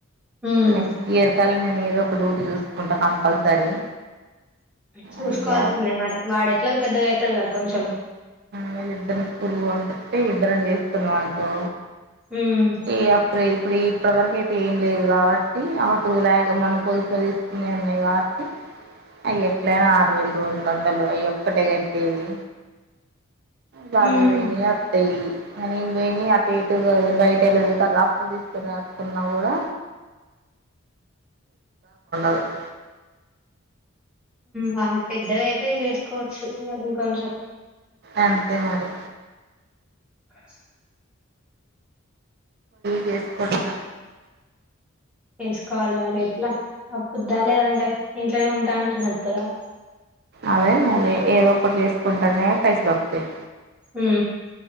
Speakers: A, in the centre; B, on the right.
A: హ్మ్.
B: నెక్స్ట్ ఇయర్ కల్లా నేను ఏదో ఒక డ్యూటీ చూసుకుంటా కంపల్సరీ
A: చూసుకోవాల్సిందే
B: అయ్యా
A: మరి వాడు ఎట్లా పెద్దగా అవుతాడుగా కొంచెం
B: వీళ్ళిద్దరిని స్కూల్ బంంటే ఇద్దరం చేస్తున్నాం అనుకో
A: హ్మ్.
B: ఏ అప్పు్రల్ ఇప్పుడు ఇప్పటి వరక అయితే ఏం లేదు కాబట్టి అ టూ లే మొ పొదుపు తీసునే ఉన్నాయి కాబట్టి అ ఎట్లనా ఆరు వేలు రెండు వందలు అయ ఒక్కటే కట్టేది బావేవేణ
A: హ్మ్.
B: అత్త అ వని అటు ఇటు బయట వెళ్ళదు క అప్పులు తీసుకొనిటుకున్నా కూడా <unintelligible>
A: వాళ్ళు పెద్దగా అయితే చేసుకోవచ్చు ఇంకొంచెం
B: అంతే మరి
A: అ స
B: చేసుకుడద
A: చేసుకోవాలి మరి ఇట్లా ఆ పుద్దా లేదంటే ఇంట్లోనే ఉంటా అంటే నడుతుందా
B: అదే నువ ఏదో ఒకటి చేసుకుంటానే పైస పక్తాయి
A: హ